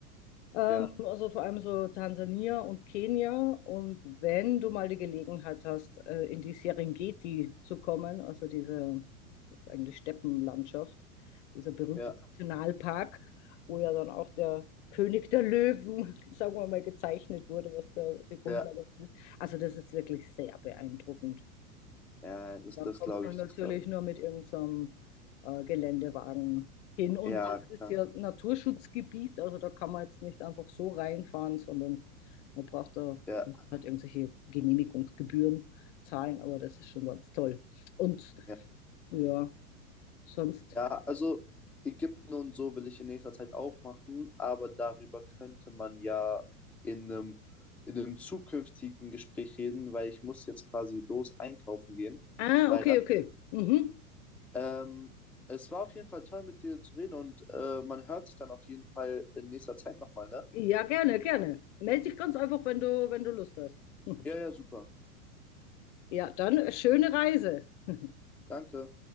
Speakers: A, on the left; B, in the centre.
A: Ähm,
B: Ja,
A: also vor allem so Tansania und Kenia. Und wenn du mal die Gelegenheit hast, äh, in die Serengeti zu kommen, also diese, das ist eigentlich Steppenlandschaft, dieser berühmte
B: ja,
A: Nationalpark, wo ja dann auch der König der Löwen, <laughs> sagen wir mal, gezeichnet wurde, was da die Grundlage
B: ja,
A: ist. Also das ist wirklich sehr beeindruckend.
B: ja, das,
A: Und dann
B: das
A: kommt
B: glaube
A: man
B: ich,
A: natürlich
B: das glaube ich.
A: nur mit irgendeinem äh, Geländewagen hin. Und
B: Ja,
A: es ist
B: klar.
A: ja Naturschutzgebiet, also da kann man jetzt nicht einfach so reinfahren, sondern man braucht da
B: Ja,
A: muss halt irgendwelche Genehmigungsgebühren zahlen, aber das ist schon ganz toll. Und
B: ja.
A: ja, sonst.
B: Ja, also Ägypten und so will ich in nächster Zeit auch machen, aber darüber könnte man ja in einem, in einem zukünftigen Gespräch reden, weil ich muss jetzt quasi los einkaufen gehen,
A: Ah,
B: leider.
A: okay, okay. Mhm.
B: Ähm, es war auf jeden Fall toll, mit dir zu reden und äh, man hört sich dann auf jeden Fall in nächster Zeit nochmal, ne?
A: Ja, gerne, gerne. Meld dich ganz einfach, wenn du, wenn du Lust hast. <laughs>
B: Ja, ja, super.
A: Ja, dann äh, schöne Reise. <laughs>
B: Danke.